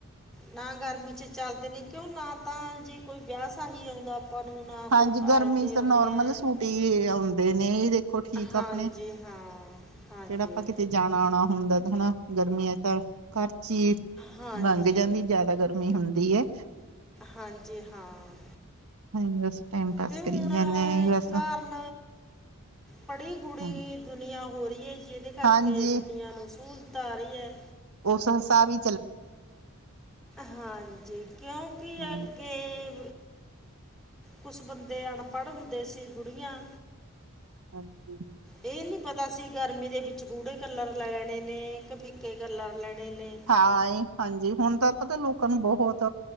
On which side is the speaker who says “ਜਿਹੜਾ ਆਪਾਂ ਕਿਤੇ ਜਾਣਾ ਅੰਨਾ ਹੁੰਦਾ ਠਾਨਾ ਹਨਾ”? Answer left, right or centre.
Right